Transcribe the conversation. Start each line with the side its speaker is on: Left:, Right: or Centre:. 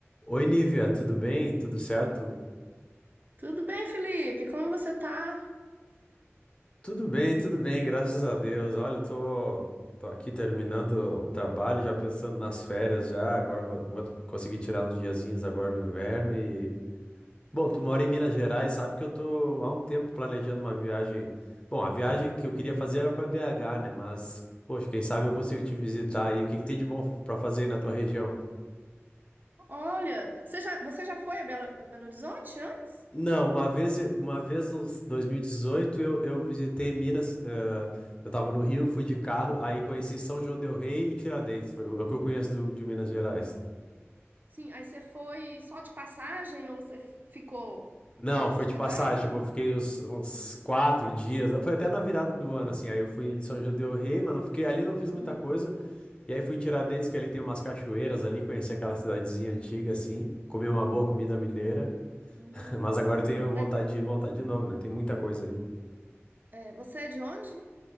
Left: Oi, Nívia, tudo bem? Tudo certo?
Right: Tudo bem, Felipe? Como você tá?
Left: Tudo bem, tudo bem, graças a Deus. Olha, tô, tô aqui terminando o trabalho, já pensando nas férias já. Agora vou, vou conseguir tirar uns diazinhos agora no inverno e... Bom, tu mora em Minas Gerais, sabe que eu tô há um tempo planejando uma viagem... Bom, a viagem que eu queria fazer era para BH, né? Mas, poxa, quem sabe eu consigo te visitar aí. O que que tem de bom para fazer aí na tua região?
Right: Olha, você já, você já foi a Belo, a Belo Horizonte antes?
Left: Não, uma vez, uma vez em 2018, eu, eu visitei Minas, eh, eu tava no Rio, fui de carro, aí conheci São João del Rei e Tiradentes, foi o é o que eu conheço do- de Minas Gerais.
Right: Sim, aí você foi só de passagem ou você ficou
Left: Não,
Right: hot-
Left: foi
Right: hospedado?
Left: de passagem, tipo, eu fiquei uns, uns quatro dias, foi até na virada do ano, assim, aí eu fui em São João del Rei, mas não fiquei ali, não fiz muita
Right: Uhum.
Left: coisa, e aí fui em Tiradentes, que ali tem umas cachoeiras ali, conheci aquela cidadezinha antiga, assim, comi uma boa comida mineira,
Right: Hum.
Left: <laughs> mas agora eu tenho vontade
Right: Mas
Left: de voltar de novo, né, tem muita coisa aí.
Right: é, você é de onde?